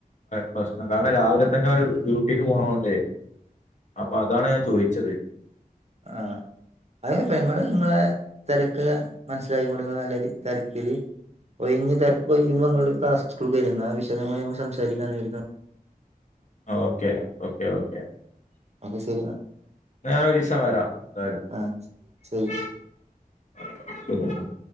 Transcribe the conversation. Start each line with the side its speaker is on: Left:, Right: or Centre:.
Left: പ്രശ്നം കാരണം രാവിലെ തന്നെ ഒരു ഡ്യൂട്ടിക്ക് പോകണതൊണ്ടേ അപ്പൊ അതാണ് ഞാൻ ചോദിച്ചത്
Right: ആഹ അതെപ്പ നിങ്ങൾ നിങ്ങളെ തിരക്ക് മനസ്സിലായികൊണ്ട് നല്ലൊരു തിരക്കില് ഒഴിഞ്ഞു തിരക്കൊഴിയുമ്പോൾ നിങ്ങളൊന്നുക്ലാസ്സ് സ്കൂളിലേക്ക് വരി ഇന്നാ വിശദമായി നമുക്ക് സംസാരിക്കാം എന്ന് കരുതുന്നു
Left: ഓക്കെ ഓക്കെ ഓക്കേ
Right: ഓക്കെ ശരി എന്നാ
Left: ഞാൻ ഒരീസം വരാം എന്തായാലും
Right: ആഹ ശരി
Left: <unintelligible>